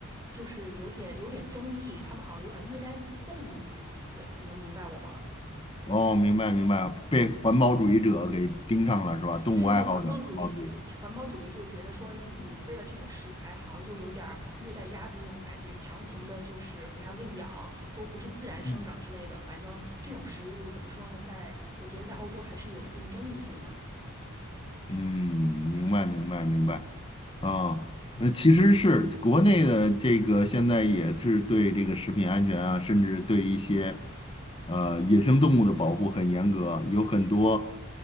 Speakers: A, on the right; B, on the left.
A: 就是有点有点争议，他们好像有点虐待动物那个意思，你能明白我吗？
B: 哦，明白明白，被环保主义者给盯上了是吧？动物爱好者，
A: 对对对，环保主义觉环保主义就觉得说你为了这种食材，
B: 环保主义者。
A: 好像就有点儿虐待鸭子那种感觉，强行的就是给它喂养，都不是自然生长之类的。
B: 嗯。
A: 反正这种食物怎么说呢，在我觉得在欧洲还是有一定争议性的。
B: 嗯，明白明白明白，啊，那其实是国内的这个现在也是对这个食品安全啊，甚至对一些呃野生动物的保护很严格，有很多